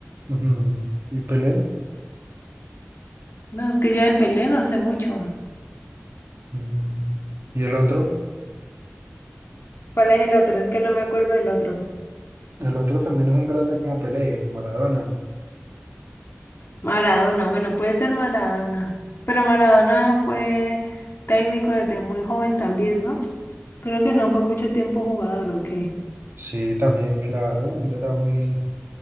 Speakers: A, on the right; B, on the left.
A: Ujú. ¿Y Pelé?
B: No, es que yo de Pelé no sé mucho.
A: Mm. Y el otro,
B: ¿Cuál es el otro? Es que no me acuerdo del otro.
A: el otro también es un grande como Pelé, Maradona.
B: Maradona, bueno, puede ser Maradona. Pero Maradona fue técnico desde muy joven también, ¿no? Creo que no fue mucho tiempo jugador, ¿o qué?
A: Sí, también, claro, él era muy,